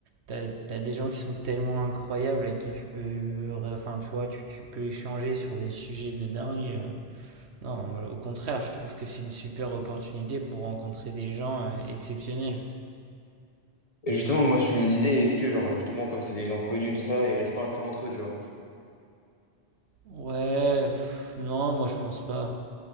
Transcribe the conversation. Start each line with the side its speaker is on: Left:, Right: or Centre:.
Right: t'as, t'as des gens qui sont tellement incroyables avec qui tu peux, enfin, tu vois, tu, tu peux échanger sur des sujets de dingue. Euh, Non, moi, au contraire, je trouve que c'est une super opportunité pour rencontrer des gens euh, exceptionnels.
Left: justement, moi, je me disais, est-ce que, genre, justement, comme c'est des gens connus, tout ça, ils restent pas que entre eux, tu vois?
Right: Ouais, pff, non, moi, je pense pas.